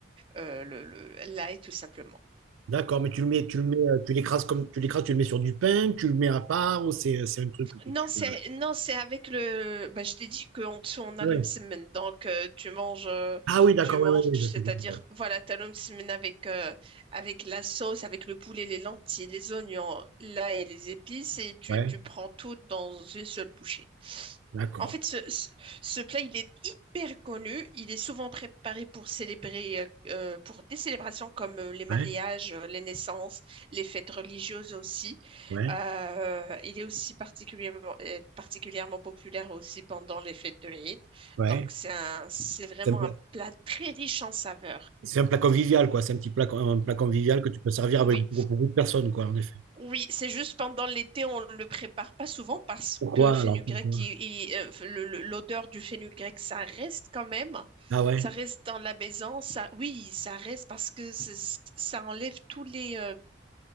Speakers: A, on the right; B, on the right.
A: euh, le, le- l'ail tout simplement.
B: D'accord, mais tu le mets, tu le mets, euh, tu l'écrases comme, tu l'écrases, tu le mets sur du pain, tu le mets à part ou c'est, c'est un truc que
A: Non,
B: tu.
A: c'est
B: euh,
A: non, c'est avec le. Bah, je t'ai dit qu'en dessous on a
B: Oui.
A: le msemen, donc euh, tu manges, euh,
B: Ah oui, d'accord,
A: tu manges,
B: oui, oui, oui,
A: c'est-à-dire
B: je vois ce que tu dis, ouais.
A: voilà, t'as le msemen avec euh, avec la sauce, avec le poulet, les lentilles, les oignons, l'ail et les épices, et tu,
B: Ouais,
A: tu prends tout dans une seule bouchée.
B: d'accord.
A: En fait, ce, ce, ce plat, il est hyper connu. Il est souvent préparé pour célébrer, euh, euh, pour des célébrations comme euh, les mariages,
B: Ouais,
A: euh, les naissances, les fêtes religieuses aussi.
B: ouais,
A: Euh, il est aussi particulièrement, euh, particulièrement populaire aussi pendant les fêtes de l'Aïd.
B: ouais.
A: Donc, c'est un- c'est vraiment
B: C'est un plat,
A: un plat très riche en saveurs.
B: c'est un plat convivial, quoi. C'est un petit plat, con- un plat convivial que tu peux servir avec
A: Oui.
B: beaucoup, beaucoup de personnes, quoi, en effet.
A: Oui, c'est juste pendant l'été, on ne le prépare pas souvent parce
B: Pourquoi
A: que fenugrec,
B: alors? Pourquoi?
A: il- il- euh, le- le- l'odeur du fenugrec, ça reste quand même.
B: Ah ouais?
A: Ça reste dans la maison. Ça, oui, ça reste parce que c'est- ça enlève tous les, euh,